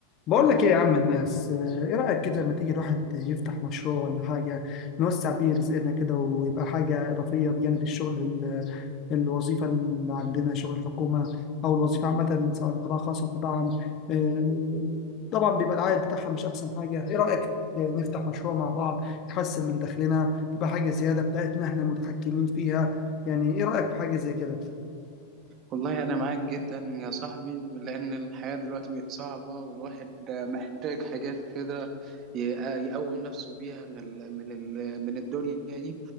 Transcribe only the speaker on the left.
بقول لك ايه يا عم الناس آه، ايه رأيك كده لما تيجي الواحد يفتح مشروع ولا حاجة نوسع بيه رزقنا كده ويبقى حاجة إضافية بجانب الشغل ال- الوظيفة اللي عندنا شغل الحكومة أو الوظيفة عامة سواء قطاع خاص أو قطاع عام آه، طبعا بيبقى العائد بتاعها مش أحسن حاجة ايه رأيك نفتح مشروع مع بعض يحسن من دخلنا تبقى حاجة زيادة بتاعتنا احنا متحكمين فيها يعني ايه رأيك في حاجة زي كده